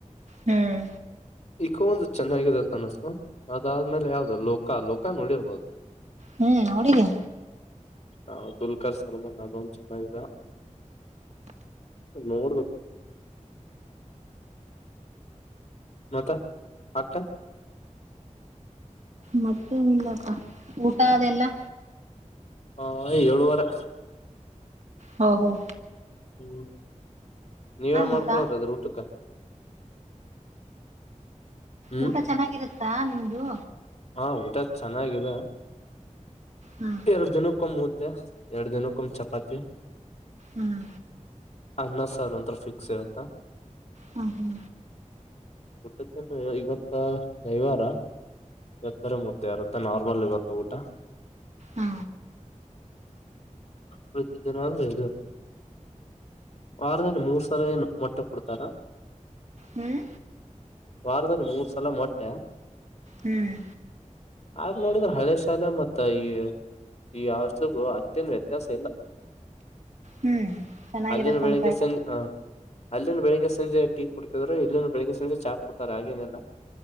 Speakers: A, on the right; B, on the left.
A: ಹ್ಮ್.
B: ಈಕೋ ಒಂದು ಚೆನ್ನಾಗಿದೆತ ಅನಿಸ್ತು ಅದಾದ್ಮೇಲೆ ಯಾವ್ದದು ಲೋಕ ಲೋಕ ನೋಡಿರ್ಬೋದು.
A: ಹ್ಮ್ ಹಡುಗಿ.
B: ಅಬ್ದುಲ್ಕಾ ಸಲ್ಮಾನ್ ಅದೊಂದು ಚೆನ್ನಾಗಿದೆ. ನೋಡ್ಬೇಕ. ಮತ್ತ ಅಕ್ಕ.
A: ಮತ್ತೆನ್ಲಪ್ಪ ಊಟ ಅದೆಲ್ಲ.
B: ಹ ಹೈ ಏಳುವರೆ.
A: ಹ ಹ.
B: ಹ್ಮ್ ನೀವೇನ್ ಮಾಡ್ಕೊಳದು
A: ಊಟ
B: ಅದ್ರ ಊಟಕ. ಹ್ಮ್
A: ಊಟ ಚೆನ್ನಾಗಿರುತ್ತಾ ನಿಮ್ದು.
B: ಹಾ ಊಟ ಚೆನ್ನಾಗಿದೆ.
A: ಹ್ಮ.
B: ಎರಡ್ ದಿನಕ್ಕ ಒಂದು ಮುದ್ದೆ ಎರಡು ದಿನಕ್ಕ ಒಂದ ಚಪಾತಿ.
A: ಹ್ಮ್.
B: ಅನ್ನ ಸಾರ್ ಅಂತಾರೂ ಫಿಕ್ಸ್ ಇರತ್ತಾ.
A: ಹ್ಮ ಹಾ.
B: ಮುಟ್ಟತ್ತ ಇವತ್ತ ರವಿವಾರ. ಇವತ್ತ ಬೇರೆ ಮುದ್ದೆ ಇರುತ್ತೆ ನಾರ್ಮಲ್ ಇವತ್ತು ಊಟ.
A: ಹಾ
B: ಪ್ರತ ಜನ ಹಂದ್ರ ಇದು ವಾರದಲ್ಲಿ ಮೂರ್ ಸಲ ಏನು ಮೊಟ್ಟೆ ಕೊಡ್ತಾರಾ
A: ಹ್ಮ್
B: ವಾರದಲ್ಲಿ ಮೂರ್ ಸಲ ಮೊಟ್ಟೆ
A: ಹ್ಮ್
B: ಆ ನೋಡಿದ್ೆ ಹಳೆ ಶಾಲೆ ಮತ್ತ ಈ ಈ ಅವಷಲಿಗೂ ಅತ್ಯನ್ ವ್ಯತ್ಯಾಸ ಇಲ್ಲ
A: ಹ್ಮ್ ಚೆನ್ನಾಗಿರತ್ತಂತ
B: ಅಲ್ಲಿ ಬೆಳಗೆ ಸೆಂ ಆ ಅಲ್ಲಿಂದ ಬೆಳಗ್ಗೆ ಸಂಜೆ ಟೀ ಕೊಡ್ತಿದ್ರರು ಇಲ್ಲಿನ ಬೆಳಿಗ್ಗೆ ಸಂಜೆ ಚಾ ಕೊಡ್ತಾರ ಹಾಗೇನೆಲ್ಲ